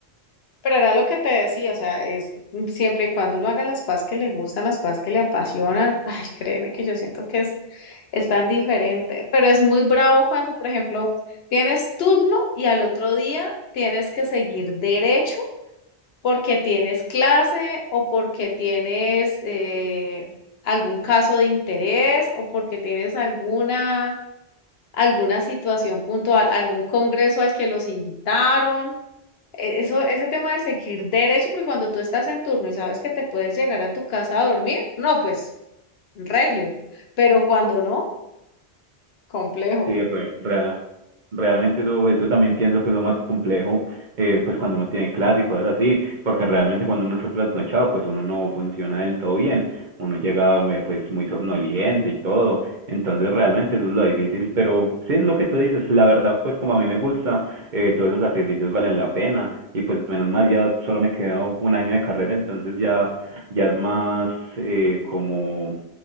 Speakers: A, on the left (about 70°); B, on the right (about 55°).
A: Pero era lo que te decía, o sea, es siempre y cuando uno haga las cosas que le gustan, las cosas que le apasionan, <laughs> ay, créeme que yo siento que es, es tan diferente, pero es muy bravo cuando, por ejemplo, tienes turno y al otro día tienes que seguir derecho porque tienes clase o porque tienes eh, algún caso de interés o porque tienes alguna, alguna situación puntual, algún congreso al que los invitaron. E- Eso, ese tema de seguir derecho, porque cuando tú estás en turno y sabes que te puedes llegar a tu casa a dormir, no, pues, regio. Pero cuando no, complejo.
B: Sí, re- real- realmente eso, eso también pienso que es lo más complejo, eh, pues cuando uno tiene clases y cosas así, porque realmente cuando uno está trasnochado, pues uno no funciona del todo bien uno llega eh, pues muy somnoliento y todo, entonces realmente eso es lo difícil, pero sí es lo que tú dices, la verdad pues como a mí me gusta, eh, todos esos sacrificios valen la pena y pues menos mal ya solo me queda un año de carrera, entonces ya ya es más eh, como